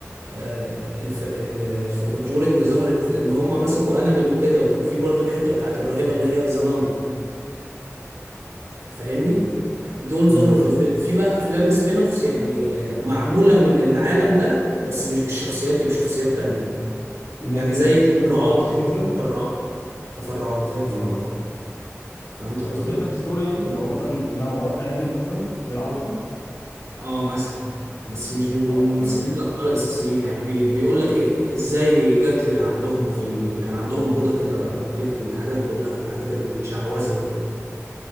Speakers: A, on the right; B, on the left.
A: آه، الف... ال... في كونجورنج ظهرت ان هم مسكوا انابل وكده وكان في برضو الحتة بتاعت الراهبة اللي هي زنان فاهمني دول
B: مم.
A: ظهروا في الفيلم في بقى افلام سبين اوفس يعني آه، معمولة من العالم ده بس مش بالشخصيات دي بشخصيات تانية
B: اللي
A: يعني
B: هو زي
A: زي
B: الباك
A: تفرعات
B: ستوري بتاع القصص
A: كده
B: مثلا
A: تفرعات تفرعات زي
B: ال...
A: تفرعات فهمت قصدي
B: زي الباك ستوري يعني اللي هو مثلا ما وراء انابل مثلا اللي هي العروسه
A: اه مثلا بس مش بيبقوا
B: اه
A: الممثلين
B: تمام
A: الابطال الاساسيين يعني بي بيقول لك ازاي جت ل- عندهم في ال... كان عندهم اوضه كده فيها الحاجات كلها الحاجات الشعوذه دي كلها